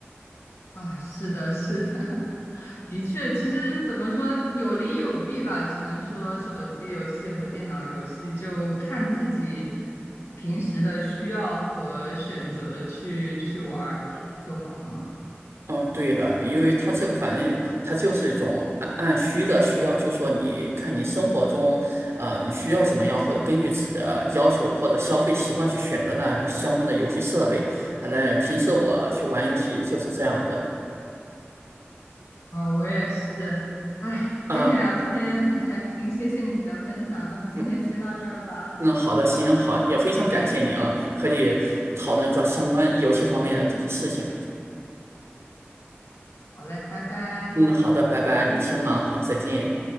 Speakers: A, on the left; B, on the right.
A: 啊，是的，是的，<laughs> 的确，其实怎么说有利有弊吧，只能说手机游戏和电脑游戏就看自己平时的需要和选择去去玩儿就好了嘛。
B: 嗯，对的，因为它这个反正它就是一种按按需的需要，就说你看你生活中，呃，你需要什么样，或者根据自己的要求或者消费习惯去选择那相关的游戏设备。反正平时我去玩游戏就是这样的。
A: 啊，我也是，哎，
B: 啊，
A: 跟你聊天很开心，谢谢你的分享，那我们今天先到这儿吧。
B: 嗯嗯，好的，行，好，也非常感谢您和你讨论这相关游戏方面的事情。
A: 好嘞，拜拜。
B: 嗯，好的，拜拜，你先忙好，再见。